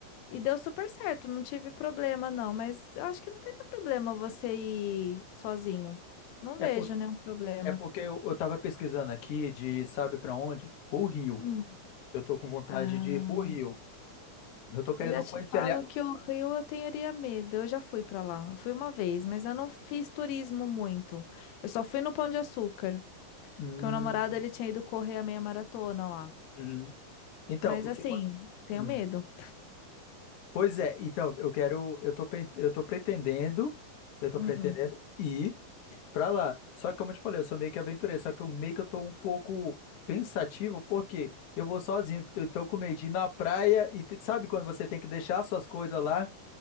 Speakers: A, on the left (about 90°); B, on the left (about 65°).
A: E deu super certo, não tive problema não, mas eu acho que não teria problema você ir sozinho. Não
B: É,
A: vejo
B: por,
A: nenhum problema.
B: é porque eu, eu tava pesquisando aqui de sabe pra onde? O Rio.
A: Hum.
B: Eu tô com vontade
A: Ah,
B: de ir pro Rio. Eu tô querendo
A: eu já
B: conhecer
A: te falo
B: ali. a-
A: que o Rio eu teria medo. Eu já fui pra lá. Eu fui uma vez, mas eu não fiz turismo muito. Eu só fui no Pão de Açúcar,
B: Hum,
A: porque o namorado ele tinha ido correr a meia maratona lá.
B: hum. Então,
A: Mas
B: o
A: assim,
B: que. acon-
A: tenho
B: hum.
A: medo.
B: Pois é, então, eu quero. Eu tô, pen- eu tô pretendendo. Eu tô
A: Hum.
B: pretendendo ir pra lá. Só que, como eu te falei, eu sou meio que aventureiro. Só que eu meio que eu tô um pouco pensativo, porque eu vou sozinho. Eu tô com medo de ir na praia e te- sabe quando você tem que deixar suas coisas lá?